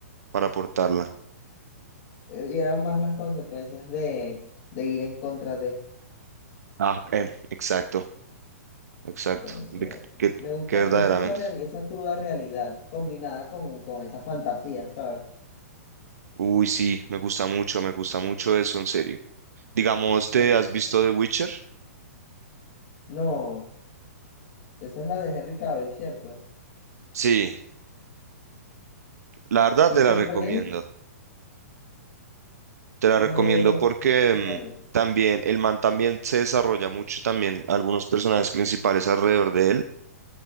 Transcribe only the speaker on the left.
Eh, Y eran más las consecuencias de, de ir en contra de.
Entonces,
me gusta,
me gusta esa real, esa cruda realidad combinada con, con esa fantasía, ¿sabes?
Eh,
no, esa es la de Henry Cavill, ¿cierto?
Si
sé
cuál es,
me
la veré.
sí sé cuál es.